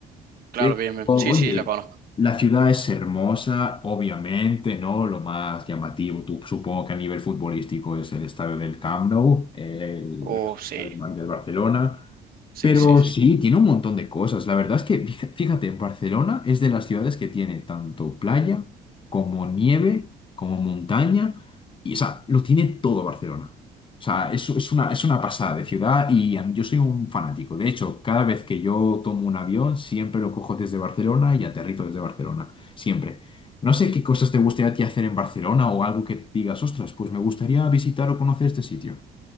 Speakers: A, on the right; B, on the left.
A: Claro,
B: Pero,
A: bien, bien.
B: Oye,
A: Sí, sí, la conozco.
B: la ciudad es hermosa, obviamente, ¿no? Lo más llamativo, tú- supongo que a nivel futbolístico es el estadio del Camp Nou, el,
A: Oh, sí,
B: el del Barcelona.
A: sí,
B: Pero
A: sí, sí.
B: sí, tiene un montón de cosas. La verdad es que, fija- fíjate, Barcelona es de las ciudades que tiene tanto playa como nieve, como montaña, y o sea, lo tiene todo Barcelona. O sea, es, es una, es una pasada de ciudad y a mí- yo soy un fanático. De hecho, cada vez que yo tomo un avión, siempre lo cojo desde Barcelona y aterrizo desde Barcelona. Siempre. No sé qué cosas te gustaría a ti hacer en Barcelona o algo que digas, ostras, pues me gustaría visitar o conocer este sitio.